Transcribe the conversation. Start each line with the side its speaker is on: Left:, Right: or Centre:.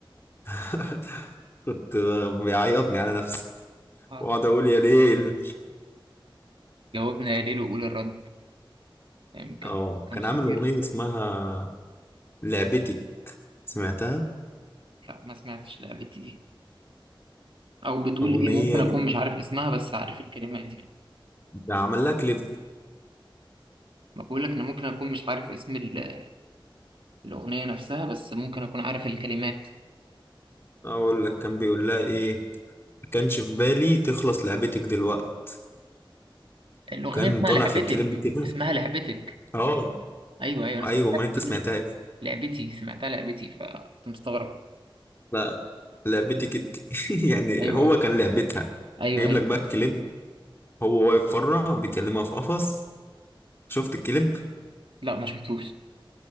Left: <laughs> كنت بيعيطني على نفسي
Right: آه،
Left: واقعد اقول يا ليل
Right: جاوبنا يا ليل وقول الرد يعني كان
Left: اه
Right: كان
Left: كان
Right: خطير
Left: عامل اغنية اسمها لعبتي سمعتها
Right: لا ما سمعتش لعبتي دي او بتقول
Left: اغنية
Right: ايه ممكن اكون
Left: جامدة.
Right: مش عارف اسمها بس عارف الكلمات يعني
Left: عمل لها كليب
Right: ما بقول لك انا ممكن اكون مش عارف اسم ال- الاغنيه نفسها بس ممكن اكون عارف الكلمات
Left: اقول لك كان بيقول لها ايه ما كانش في بالي تخلص لعبتك دلوقت
Right: الاغنيه
Left: وكان
Right: اسمها
Left: طالع
Right: لعبتك
Left: في الكليب كده
Right: اسمها لعبتك
Left: اه
Right: ايوه ايوه انا
Left: ايوه
Right: سمعتها
Left: ما انت سمعتها
Right: لعبتي
Left: إيه؟
Right: لعبتي سمعتها لعبتي فكنت مستغرب
Left: لا لعبتي كت <laughs> يعني
Right: ايوه
Left: هو
Right: ايوه
Left: كان لعبتها
Right: ايوه
Left: جايب
Right: ايوه
Left: لك بقى الكليب هو واقف بره بيكلمها في قفص شفت الكليب
Right: لا ما شفتوش